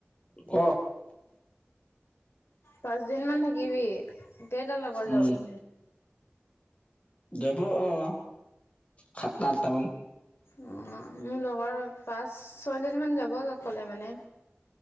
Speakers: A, on the left; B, on the left.
A: ক
B: পাঁচ দিন মান থাকিবি এতিয় তাৰ লগৰ
A: উম,
B: যাব
A: যাব আহ সাত ন আঠটাামান
B: অ মোৰ লগৰ পাঁচ ছয়জনী মান যাব কলে মানে